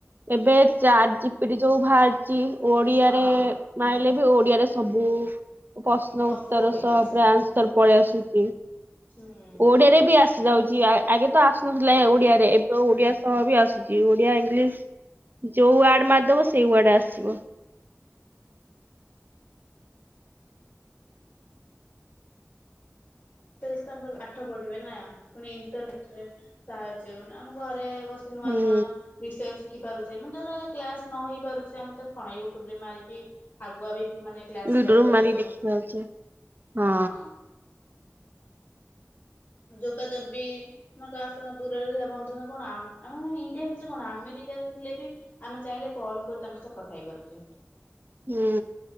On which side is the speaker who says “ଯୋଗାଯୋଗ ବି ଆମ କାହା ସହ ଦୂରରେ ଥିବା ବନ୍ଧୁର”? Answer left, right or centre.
Left